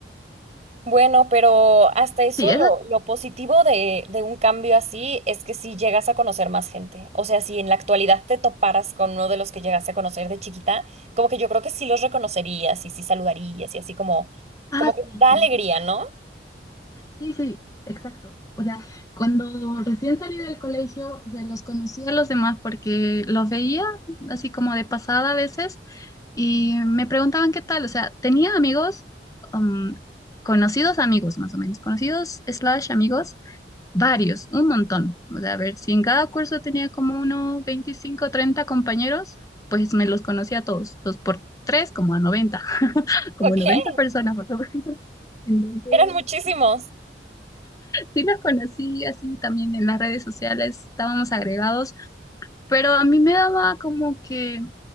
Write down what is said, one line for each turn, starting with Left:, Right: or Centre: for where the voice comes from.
Right: Bueno, pero hasta eso
Left: Sí,
Right: lo,
Left: eso sí.
Right: lo positivo de, de un cambio así es que si llegas a conocer más gente. O sea, si en la actualidad te toparas con uno de los que llegaste a conocer de chiquita, como que yo creo que sí los reconocerías y sí saludarías y así como,
Left: Ah,
Right: como que
Left: sí,
Right: da
Left: sí.
Right: alegría, ¿no?
Left: Sí, sí, exacto. O sea, cuando recién salí del colegio, se los conocía a los demás porque los veía así como de pasada a veces y me preguntaban qué tal. O sea, tenía amigos, um, conocidos amigos más o menos, conocidos slash amigos Varios, un montón. O sea, a ver, si en cada curso tenía como unos 25 o 30 compañeros, pues me los conocía a todos. Dos por tres, como a noventa <laughs>
Right: <laughs>
Left: Como
Right: Ok,
Left: 90 personas más o menos. Entonces,
Right: eran muchísimos.
Left: sí sí los conocí así también en las redes sociales, estábamos agregados, pero a mí me daba como que